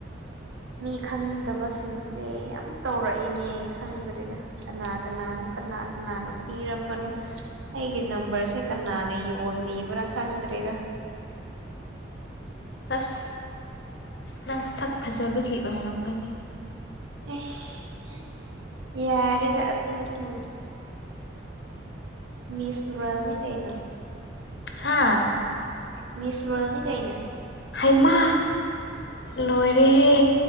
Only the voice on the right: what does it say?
ꯃꯤ ꯈꯪꯗꯕꯁꯤꯡꯁꯦ ꯌꯥꯝ ꯇꯧꯔꯛꯑꯦꯅꯦ ꯈꯪꯗ꯭ꯔꯦꯗ ꯀꯅꯥ ꯀꯅꯥꯅꯣ ꯀꯅꯥ ꯀꯅꯥꯅ ꯄꯤꯔꯝꯕꯅꯣ ꯑꯩꯒꯤ ꯅꯝꯕꯔꯁꯦ ꯀꯅꯥꯅ ꯌꯣꯟꯕꯤꯕ꯭ꯔꯥ ꯈꯪꯗ꯭ꯔꯦꯗ
ꯑꯁ ꯌꯥꯔꯦꯗ ꯑꯗꯨꯌꯧꯔꯗꯤ ꯃꯤꯁ ꯔꯣꯌꯜꯅꯤ ꯀꯩꯅꯣ
ꯃꯤꯁ ꯋꯥꯔꯜꯅꯤ ꯀꯩꯅꯣ